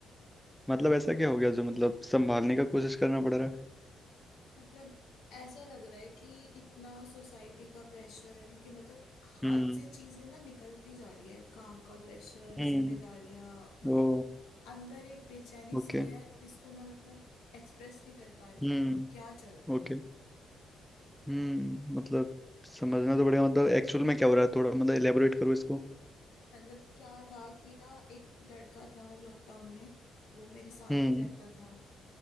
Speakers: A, in the centre; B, on the left.
A: मतलब ऐसा क्या हो गया जो मतलब संभालने का कोशिश करना पड़ रहा है
B: मतलब ऐसा लग रहा है कि इतना सोसाइटी का प्रेशर कि मतलब हाथ
A: हम्म
B: से चीजें ना निकलती जा रही है काम का प्रेशर
A: हम्म
B: जिम्मेदारियां मतलब
A: ओ
B: अंदर एक बेचैनी सी
A: ओके
B: है जिसको मैं मतलब एक्सप्रेस नहीं कर पा रही
A: हम्म
B: कि क्या चल रहा
A: ओके
B: है
A: हम्म मतलब समझना तो पड़ेगा मतलब एक्चुअल में क्या हो रहा है थोड़ा मतलब एलेबोरेट करो इसको
B: मतलब क्या था कि ना एक लड़का था लॉकडाउन में वो मेरे साथ
A: हम्म
B: ही रहता था